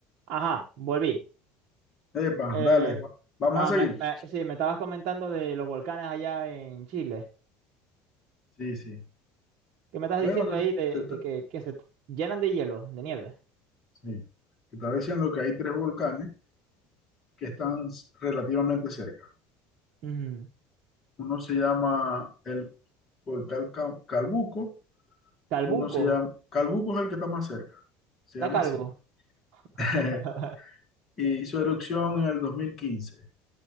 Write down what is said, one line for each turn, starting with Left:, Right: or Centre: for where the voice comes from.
Right: Ajá, volví.
Left: Epa,
Right: Eh,
Left: dale, va- vamos
Right: ah, me-
Left: a seguir.
Right: me- sí, me estabas comentando de los volcanes allá en Chile.
Left: Sí, sí.
Right: ¿Qué me estás
Left: Bueno,
Right: diciendo ahí de,
Left: te, te-
Right: de
Left: te-
Right: que, que se llenan de hielo, de nieve?
Left: sí. Te estaba diciendo que hay tres volcanes que están s- relativamente cerca.
Right: Mm,
Left: Uno se llama el volcán Ca- Calbuco,
Right: Calbuco,
Left: uno se llama, Calbuco es el que está más cerca, se
Right: está
Left: llama
Right: calvo.
Left: así.
Right: <laughs>
Left: <laughs> Y hizo erupción en el 2015,